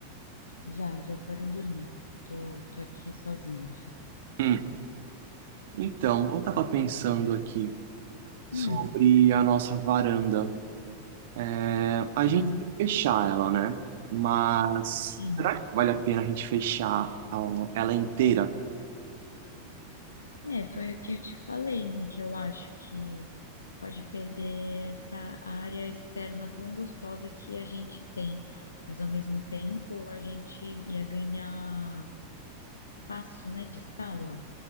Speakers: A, on the left; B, on the right.
A: Já, já foram dormir. Eu Tô, tô aqui sozinha.
B: Hum. Então, eu tava pensando aqui sobre
A: Hum,
B: a nossa varanda. É, a gente
A: não,
B: tem que fechar ela, né? Mas
A: sim.
B: será que vale a pena a gente fechar ela ela inteira?
A: É, foi o que eu te falei, né? Que eu acho que pode perder essa área externa tão gostosa que a gente tem, mas ao mesmo tempo a gente ia ganhar. espaço, né, de sala.